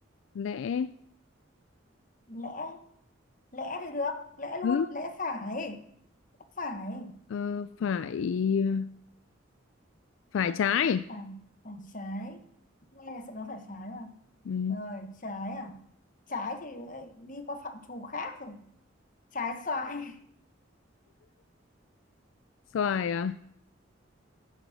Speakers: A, on the left; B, on the left.
A: lẽ
B: lẽ lẽ thì được lẽ luôn
A: ừ,
B: lẽ phải lẽ phải
A: ờ, phải phải trái
B: phải phải trái nghe là sẽ nói phải trái mà
A: ừ.
B: rồi trái à trái thì lại đi qua phạm trù khác rồi trái xoài
A: xoài à